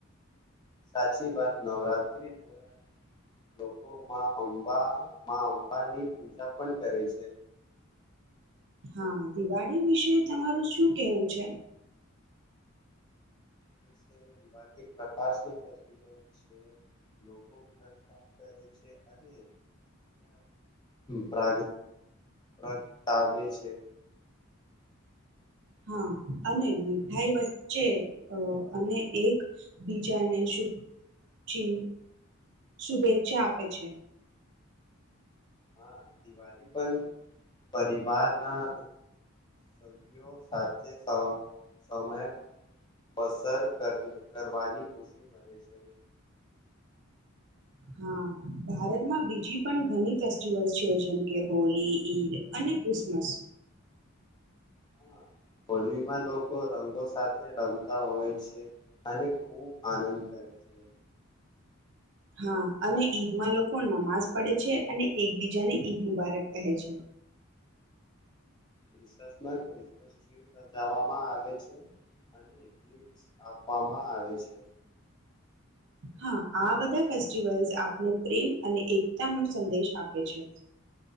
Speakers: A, on the left (about 20°); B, on the right (about 60°).
A: સાચી વાત નવરાત્રી દોરા લોકોમાં અંબા અંબા ની પૂજા પણ કરે છે.
B: હા દિવાળી વિશે તમારું શું કેવું છે.
A: દસે દિ પ્રકાશ ન ફ છે લોકો ઘર સાફ કરે છે અને પ્ર પ્રગટાવે છે.
B: હા અને મીઠાઈ વચ્ચે અને એક બીજાને શુ ચિ શુભેચ્છા આપે છે.
A: હા દિવાળી પણ પરિવારના સભ્યો સાથે સમય પસર કરવાની ખુશી મળે છે.
B: હા ભારતમાં બીજી પણ ઘણી ફેસ્ટિવલ્સ છે જેમ કે હોલી ઈદ અને ક્રિસમસ
A: હ હોલીમાં લોકો રંગો સાથે રમતા હોય છે અને ખૂબ આનંદ કરે છે.
B: હા અને ઈદમાં લોકો નમાજ પડે છે અને એકબીજાને ઈદ મુબારક કહે છે.
A: ક્રિસમસમાં ક્રિસમસ ટ્રી સજવામાં આવે છે અને ગી આપવામાં આવે છે.
B: હા આ બધા ફેસ્ટિવલ્સ આપને પ્રેમ અને એકતા નો સંદેશ આપે છે.